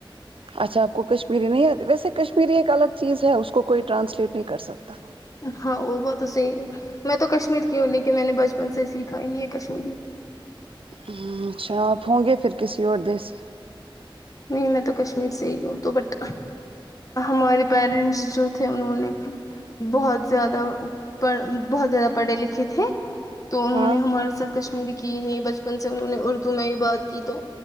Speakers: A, on the right (about 80°); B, on the left (about 40°).
A: اچھا آپ کو کشمیری نہیں آتی ویسے کشمیری ایک الگ چیز ہے اس کو کوئی ٹرانسلیٹ نہیں کر سکتا
B: ہاں وہ وہ تو صحیح ہے میں تو کشمیر کی ہوں لیکن میں نے بچپن سے سیکھا ہی نہیں ہے کشمیری
A: ہوں اچھا آپ ہوں گے پھر کسی اور دیس سے
B: نہیں میں تو کشمیر سے ہی ہو تو بٹ ہمارے پیرنٹس جو تھے انہوں نے بہت زیادہ پڑ بہت زیادہ پڑھے لکھے تھے تو انہوں
A: ہاں
B: نے ہمارے ساتھ کشمیری کی ہی نہیں بچپن سے انہوں نے اردو میں ہی بات کی تو